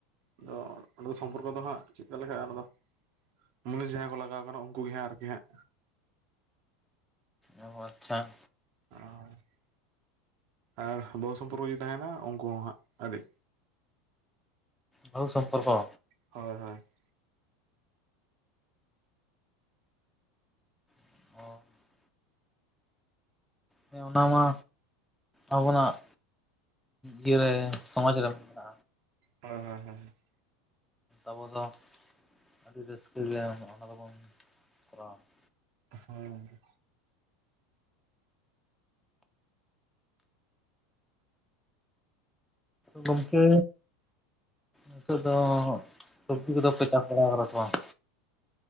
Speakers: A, on the right (about 55°); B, in the centre.
A: ᱟᱫᱚ ᱚᱸᱰᱮ ᱫᱚ ᱥᱚᱢᱯᱚᱨᱠᱚ ᱫᱚ ᱦᱟᱸᱜ ᱪᱮᱫᱠᱟ ᱞᱮᱠᱟᱜᱼᱟ ᱚᱱᱟ ᱫᱚ ᱢᱩᱱᱤᱥ ᱡᱟᱦᱟᱸᱭ ᱠᱚ ᱞᱟᱜᱟᱣ ᱠᱟᱱᱟ ᱩᱝᱠᱩ ᱜᱮ ᱦᱟᱸᱜ ᱟᱨᱠᱤ ᱦᱟᱸᱜ
B: ᱚ ᱟᱪᱪᱷᱟ ᱾
A: ᱚᱻ ᱟᱨ ᱵᱟᱹᱦᱩ ᱥᱚᱢᱯᱩᱨᱠᱚ ᱡᱩᱫᱤ ᱛᱟᱦᱮᱱᱟ ᱩᱱᱠᱩ ᱦᱚᱸ ᱦᱟᱸᱜ ᱟᱹᱰᱤ
B: ᱵᱟᱹᱦᱩ ᱥᱚᱢᱯᱚᱨᱠᱚ!
A: ᱦᱳᱭ ᱦᱳᱭ ᱾
B: <inaudible> ᱦᱮᱸ ᱚᱱᱟ ᱢᱟ ᱟᱵᱚᱱᱟᱜ ᱤᱭᱟᱹᱨᱮ ᱥᱚᱢᱟᱡᱽ ᱨᱮ ᱢᱮᱱᱟᱜᱼᱟ
A: ᱦᱳᱭ ᱦᱳᱭ ᱦᱳᱭ ᱾
B: ᱟᱵᱚ ᱫᱚ ᱟᱹᱰᱤ ᱨᱟᱹᱥᱠᱟᱹ ᱜᱮ ᱚᱱᱟ ᱫᱚᱵᱚᱱ ᱠᱚᱨᱟᱣᱟ ᱾
A: ᱦᱮᱸ ᱾
B: ᱜᱚᱝᱠᱮ ᱱᱤᱛᱚᱜ ᱫᱚ ᱥᱚᱵᱽᱡᱤ ᱠᱚᱫᱚᱯᱮ ᱪᱟᱥ ᱵᱟᱲᱟ ᱠᱟᱫᱟ ᱥᱮ ᱵᱟᱝ?